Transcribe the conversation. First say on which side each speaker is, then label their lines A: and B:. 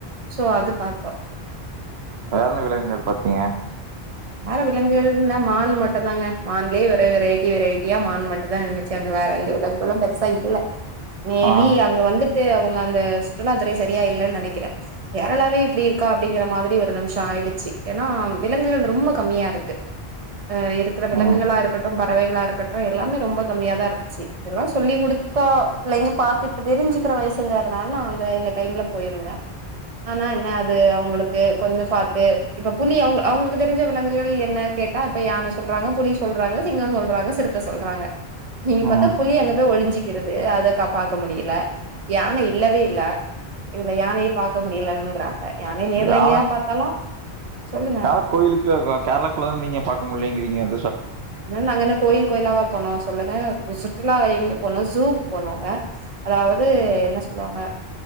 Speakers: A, on the right; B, on the right.
A: சோ அது பாத்தோ
B: வேற என்ன விலங்கள் பாத்தீங்க
A: வேற விலங்குகள்னா மான் மட்டுந்தாங்க மான்லயே வேற வெரைட்டி வெரைட்டியா மான் மட்டுந்தா இருந்துச்சு அங்க வேற எந்த விலங்குகளும் பெருசா இல்ல மேபி
B: ஆ
A: அங்க வந்து அவங்க அந்த சுற்றுலாத்துறை சரியா இல்லைன்னு நினைக்கிறேன் கேரளாவே இப்படி இருக்கா அப்படிங்கிற மாதிரி ஒரு நிமிஷம் ஆயிடுச்சு ஏன்னா விலங்குகள் ரொம்ப கம்மியா இருக்கு அஹ இருக்கிற விலங்குகளா
B: ம்
A: இருக்கட்டும் பறவைகளா இருக்கட்டும் எல்லாமே ரொம்ப கம்மியாத தான் இருந்துச்சு இதெல்லாம் சொல்லி கொடுத்தா பிள்ளைங்க பாாரத்து இப்ப தெரிஞ்சுக்கிற வயசுங்கிறதுனால நான்ந்த இந்த டைம்ல போயிருந்தேன் ஆனா என்ன அது அவங்களுக்கு கொஞ்சம் பாரத்து இப்ப புலி அவங்களுக்கு தெரிஞ்ச விலங்குகள் என்ன கேட்டா இப்ப யான சொல்றாங்க புலி சொல்றாங்க சிங்கம் சொல்றாங்க சிறத்தை சொல்றாங்க நீங்க பத்தா
B: ம்
A: புலி அங்க போய் ஒழஞ்சு இது அதை கா பாக்க முடியல யானை இல்லவே இல்ல இல்ல யானையே பார்க்க முடியலங்கிறாங்க நானே நேரில்
B: யானை
A: எங்கேயா பார்த்தாலும் சொல்லுங்க
B: யானை கோயிலுக்கு கேரளாக்குள்ள தான் நீங்க பார்க முடியலேங்கிறீங்க அ
A: நாங்க என்ன அங்க கோயில் கோயிலாவா போனோம் சொல்லு சுற்றுலா எங்க போனோம் ஜூக்கு போனாங்க அதாவது என்ன சொல்லுவாங்க